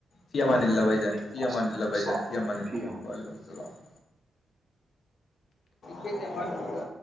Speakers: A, on the left (about 65°); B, on the right (about 45°).
A: فی امان
B: خدا
A: اللہ
B: حافظ
A: بھائیجان
B: بھائی السلام
A: فی امان اللہ بھائیجان فی
B: علیکم
A: امانلہ
B: جی
A: وعلیکم السلام ت ہار